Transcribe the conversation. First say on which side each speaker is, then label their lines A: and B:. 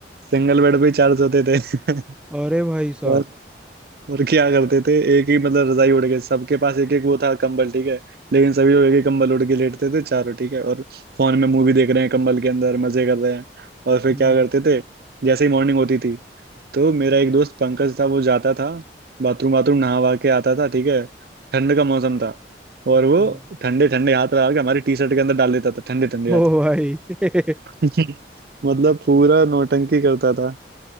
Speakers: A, on the right; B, in the centre.
A: सिंगल बेड पे ही चार सोते थे <laughs>
B: अरे भाई साहब
A: और और क्या करते थे एक ही मतलब रजाई उड़ के सबके पास एक एक वो था कंबल ठीक है लेकिन सभी लोग एक ही कंबल उड़ के लेटते थे चारों ठीक है और फोन में मूवी देख रहे हैं कंबल के अंदर मजे कर रहे हैं और फिर
B: हम्म,
A: क्या करते थे जैसे ही मॉर्निंग होती थी तो मेरा एक दोस्त पंकज था वो जाता था बाथरूम बाथरूम नहा वहा के आता था ठीक है ठंड का मौसम था और वो
B: हम्म।
A: ठंडे ठंडे हाथ लगा के हमारी टी शर्ट के अंदर डाल देता था ठंडे ठंडे
B: ओ
A: हाथ
B: भाई <laughs>
A: <laughs> मतलब पूरा नौटंकी करता था